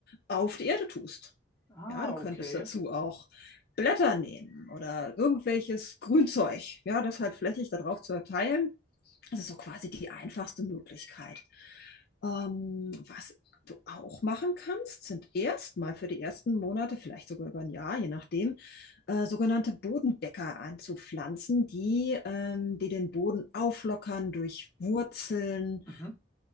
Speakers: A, on the left; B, on the left.
A: auf die Erde tust.
B: Ah,
A: Ja, du könntest
B: okay.
A: dazu auch Blätter nehmen oder irgendwelches Grünzeug, ja, das halt flächig darauf zu verteilen. Das ist so quasi die einfachste Möglichkeit. Ähm, was du auch machen kannst, sind erstmal für die ersten Monate, vielleicht sogar über ein Jahr, je nachdem, äh, sogenannte Bodendecker anzupflanzen, die, ähm, die den Boden auflockern durch Wurzeln,
B: Mhm.